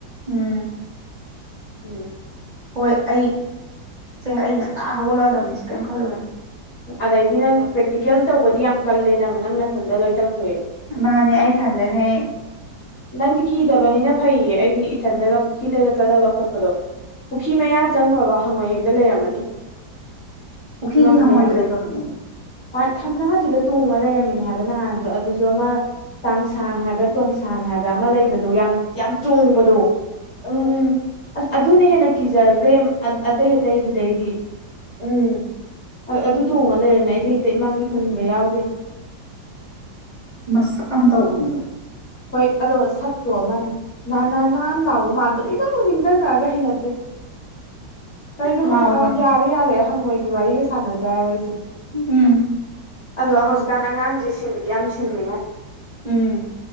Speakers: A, on the right (about 55°); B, on the left (about 45°).
A: ꯎꯝ
B: ꯎꯝ
A: ꯍꯣꯏ ꯑꯩ ꯁꯦ ꯑꯩ ꯉꯟꯇꯥ ꯍꯧꯒꯠꯂꯛꯑꯗꯕꯅꯤꯁꯦ ꯀꯔꯤꯝ ꯈꯜꯂꯨꯔꯅꯤ
B: ꯑꯗꯩꯗꯤ ꯅꯪ ꯄ꯭ꯔꯦꯛꯇꯤꯀꯦꯜ ꯇꯧꯕꯗꯤ ꯌꯥꯝ ꯀꯜꯂꯦ ꯅꯪ ꯅꯪ ꯅꯊꯟꯗ ꯂꯣꯏ ꯇꯧꯊꯣꯛꯑꯦ
A: ꯃꯥꯅꯦ ꯑꯩꯊꯟꯗꯅꯦ
B: ꯅꯪꯗꯤ ꯀꯤꯗꯕꯅꯤꯅ ꯐꯩꯌꯦ ꯑꯩꯗꯤ ꯏꯊꯟꯗꯒ ꯐꯤꯗꯒ ꯆꯠꯂ ꯂꯧꯈꯠꯄꯗꯣ ꯄꯨꯈꯤ ꯃꯌꯥ ꯆꯪꯪꯂꯨꯔꯕꯥ ꯍꯪꯉꯣꯏ ꯍꯦꯛꯇ ꯂꯩꯔꯝꯃꯅꯤ
A: ꯄꯨꯈ꯭ꯔꯤꯗꯤ
B: ꯉꯝꯗꯦ
A: ꯍꯪꯉꯣꯏꯒꯤ
B: ꯍꯥꯏꯕ
A: ꯂꯩꯐꯝꯅꯦ
B: ꯊꯝꯅꯥꯖꯤꯗ ꯇꯣꯡꯉ ꯂꯩꯔꯝꯃꯤꯅꯦ ꯍꯥꯏꯕ ꯅꯍꯥꯟꯁꯨ ꯑꯗꯨꯁꯨ ꯑꯃ ꯆꯥꯡꯁꯥꯡ ꯍꯥꯏꯕ꯭ꯔꯥ ꯇꯣꯡꯁ ꯊꯥꯡ ꯍꯥꯏꯕ꯭ꯔꯥ ꯑꯃ ꯂꯩꯕꯗꯣ ꯌꯥꯝ ꯌꯥꯝ ꯆꯣꯡꯕꯗꯣ
A: ꯎꯝ ꯎꯝ
B: ꯑꯁ ꯑꯗꯨꯅ ꯍꯦꯟꯅ ꯀꯤꯖꯈ꯭ꯔꯦ ꯑꯇꯩ ꯑꯇꯩꯗꯨꯗꯩꯗꯤ
A: ꯎꯝ
B: ꯑꯗꯣ ꯑꯗꯨ ꯇꯣꯡꯉ ꯂꯩꯔꯝꯃꯦ ꯑꯩꯗꯤ ꯍꯦꯛꯇ ꯏꯃꯥ ꯃꯤ ꯍꯨꯟꯒ ꯌꯥꯎꯗꯦ
A: ꯃꯁꯛ ꯑꯃ ꯇꯧꯕꯅꯦ ꯑꯗꯣ
B: ꯍꯣꯏ ꯑꯗꯣ ꯁꯛꯇꯣ ꯑꯃ ꯅꯅꯥ ꯅꯥꯟ ꯂꯥꯎꯕ ꯃꯟꯕꯗꯨ ꯑꯦꯃꯥꯑꯣ ꯅꯤꯡꯖꯪꯉꯥꯒ ꯍꯩꯅꯗ꯭ꯔꯤ ꯀꯩꯅꯣ
A: ꯂꯥꯎꯕꯅꯦ
B: ꯌꯥꯔꯦ ꯌꯥꯔꯦ ꯍꯪꯉꯣꯏꯒꯤ ꯋꯥꯔꯤꯒ ꯁꯥꯟꯅꯖꯔꯔꯣꯏꯁꯦ
A: ꯎꯝ
B: ꯑꯗꯣ ꯍꯧꯖꯤꯛꯀꯥꯟ ꯑꯉꯥꯡꯁꯦ ꯁꯤꯡꯗꯤ ꯌꯥꯝ ꯁꯤꯡꯉꯤꯉꯣ
A: ꯎꯝ